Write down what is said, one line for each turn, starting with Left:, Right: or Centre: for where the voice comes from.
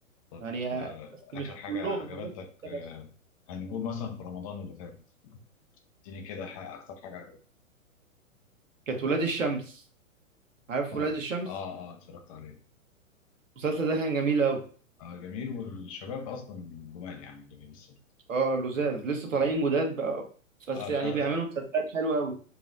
Left: طب
Right: يعني آه،
Left: آه،
Right: بس مش
Left: آخر حاجة
Right: كلهم
Left: عجبتك
Right: الحاجات دي
Left: آه،
Right: بس
Left: هنقول مثلا في رمضان اللي فات اديني كده حاجة أكتر حاجة عجبتك
Right: كانت ولاد الشمس عارف ولاد
Left: اه
Right: الشمس
Left: اه اه اتفرجت عليه
Right: المسلسل ده كان جميل أوي
Left: آه جميل والشباب أصلا جمال يعني اللي بيمثلوا
Right: اه لزاز لسه طالعين
Left: اه
Right: جداد بقى بس
Left: آه، الكا-
Right: يعني بيعملوا مسلسلات حلوة أوي